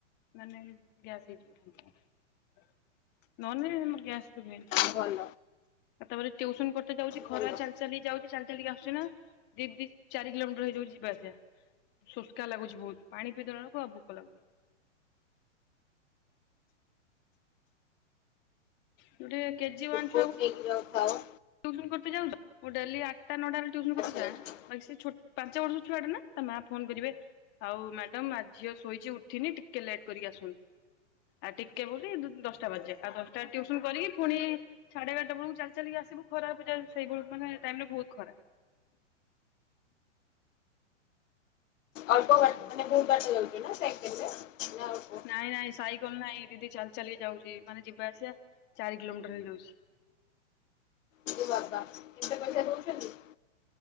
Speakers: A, on the left; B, on the left.
A: ମାନେ ଗ୍ୟାସ ହେଇଯିବ ସାଙ୍ଗେ ସାଙ୍ଗେ ନହେଲେ ନାହିଁ ଗ୍ୟାସ ହୁଏନି।
B: ଭଲ
A: ତାପରେ ଟ୍ୟଉସନ କରତେ ଯାଉଛି ଖରା
B: ଭଲ।
A: ଚାଲ ଚାଲି ଯାଉଛି ଚାଲ ଚାଲ କା ଆସୁଛି ନା ଦି ଦି ଚାରି କିଲୋମିଟର ହେଇଯାଉଛି ଯିବା ଆସିବା ଶୋସ୍କା ଲାଗୁଛି ବହୁତ ପାଣି ପିଇ ଦେଲାବେଳକୁ ଆଉ ଭୋକ ଲାଗୁନି। ଗୁଟେ କେଜିୱାନ୍
B: ବହୁତ <unintelligible> ଖାଉ।
A: ଟ୍ଯୁସନ କରତେ ଯାଉଛ ମୁଁ ଡେଲି ଆଠଟା ନଅଟା ବେଳେ ଟ୍ୟୁସନ କରତେ
B: ଆଚ୍ଛା
A: ଯାଏ।
B: ଆଚ୍ଛା।
A: ଭାଇ ସେ ଛୋ ପାଞ୍ଚ ବର୍ଷ ଛୁଆଟେ ନା ତା ମା ଫୋନ କରିବେ ଆଉ ମ୍ୟାଡ଼ାମ ଆ ଝିଅ ଶୋଇଛି ଉଠିନି ଟିକେ ଲେଟ୍ କରିକି ଆସନ୍ତୁ। ଆଉ ଟିକେ ବୋଲି ଦଶଟା ବାଜିଯାଏ ଆଉ ଦଶଟାରେ ଟିଭସନ କରିକି ପୁଣି ସାଢେ ବାରଟା ବେଳକୁ ଚାଲି ଚାଲିକା ଆସିବୁ ଖରାରେ ପୁରା ସେଇବଳୁକୁ ମାନେ ଟାଇମ ରେ ବହୁତ ଖରା
B: ଅଳ୍ପ ବାଟ୍
A: ଥର
B: ବହୁତ ବାଟ ଯାଉଛୁ ନା ସାାଇକେଲରେ ନା <unintelligible>
A: ନାଇଁ ନାଇଁ ସାଇକଲ ନାଇଁ ଦିଦି ଚାଲ ଚାଲି ଯାଉଛି ମାନେ ଯିବା ଆସିବା ଚାରି କିଲୋମିଟର ହେଇଯାଉଛି।
B: ରେ ବାବା କେତେ ପଇସା ଦଉଛନ୍ତି?